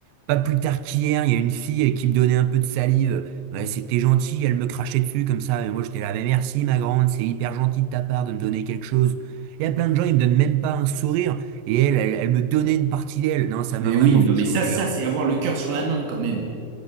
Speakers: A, on the right; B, on the right.
A: pas plus tard qu'hier, il y a une fille qui me donnait un peu de salive. Ouais, c'était gentil, elle me crachait dessus comme ça. Et moi, j'étais là, mais merci, ma grande, c'est hyper gentil de ta part de me donner quelque chose. Il y a plein de gens, ils me donnent même pas un sourire. Et elle, elle, elle me donnait une partie d'elle. Non, ça
B: Mais
A: m'a vraiment
B: oui, non,
A: fait
B: mais
A: chaud
B: ça,
A: au cœur.
B: ça, c'est avoir le cœur sur la main quand même.